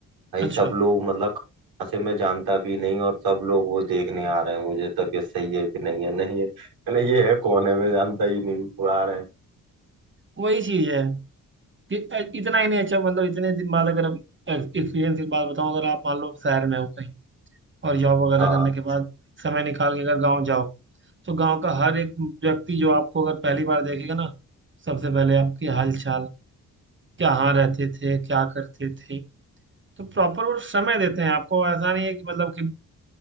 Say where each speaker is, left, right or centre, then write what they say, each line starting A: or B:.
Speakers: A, on the right; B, on the right.
A: भाई
B: अच्छा
A: सब लोग मतलब कहाँ से मैं जानता भी नहीं और सब लोग वो देखने आ रहे हैं मुझे तबीयत सही है कि नहीं है नहीं है मैंने ये है कौन है मैं जानता ही नहीं हूँ, वो आ रहे हैं
B: वही चीज है कि अ, इतना ही नहीं अच्छा मतलब इतने दिन बाद अगर एक्सपीरियंस की बात बताऊं अगर आप मान लो शहर में हो कहीं और जॉब वगैरह
A: हाँ
B: करने के बाद समय निकाल के अगर गांव जाओ तो गांव का हर एक व्यक्ति जो आपको अगर पहली बार देखेगा ना सबसे पहले आपकी हाल चाल कहाँ रहते थे क्या करते थे तो प्रॉपर वो समय देते हैं आपको ऐसा नहीं है कि मतलब कि